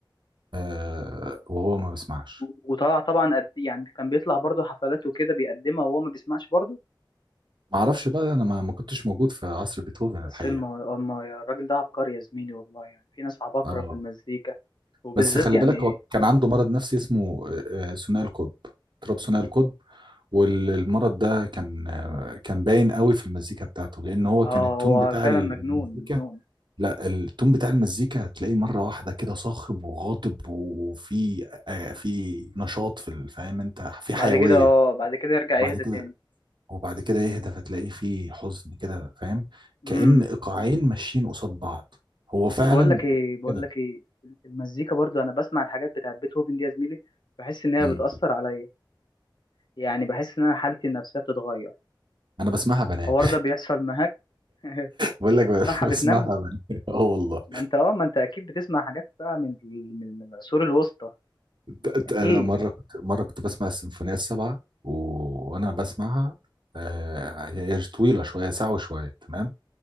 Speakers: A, on the right; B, on the left.
A: آه وهو ما بيسمعش
B: و- وطلع طبعا قد يعني كان بيطلع برضه حفلات وكده بيقدمها وهو ما بيسمعش برضه
A: ما اعرفش بقى انا ما ما كنتش موجود في عصر بيتهوفن
B: بس
A: الحقيقة
B: الم... الم... الراجل ده عبقري يا زميلي والله يعني في ناس عباقرة
A: اه
B: في المزيكا وبالذات
A: بس خلي
B: يعني
A: بالك هو كان عنده مرض نفسي اسمه آه، آه، ثنائي القطب اضطراب ثنائي القطب والمرض ده كان آه، كان باين قوي في المزيكا بتاعته لان هو
B: اه
A: كان التون
B: هو
A: بتاع
B: فعلا
A: ال-
B: مجنون
A: المزيكا
B: مجنون
A: لا التون بتاع المزيكا تلاقيه مره واحده كده صاخب وغاضب وفي آه، في نشاط في ال- فاهم انت في
B: بعد
A: حيويه
B: كده اه بعد كده يرجع
A: وبعد
B: يهدى
A: كده
B: تاني
A: وبعد كده يهدى فتلاقيه في حزن كده فاهم
B: امم
A: كأن ايقاعين ماشيين قصاد بعض هو
B: بس
A: فعلا
B: بقول لك ايه بقول
A: كده
B: لك ايه المزيكا برضه انا بسمع الحاجات بتاعت بيتهوفن دي يا زميلي بحس ان هي
A: مم.
B: بتأثر عليا يعني بحس ان انا حالتي النفسيه بتتغير
A: انا بسمعها بنام
B: الحوار ده بيحصل معاك <laughs>
A: بقول لك <laughs>
B: معها
A: بسمعها
B: بتنام
A: من <laughs> اه والله
B: ما انت اه ما انت اكيد بتسمع حاجات بقى من ال- من من العصور الوسطى
A: ت-
B: اكيد
A: ت- انا مره كنت مره كنت بسمع السيمفونيه السبعه و- وانا بسمعها آه، هي هي طويله شويه ساعه وشويه تمام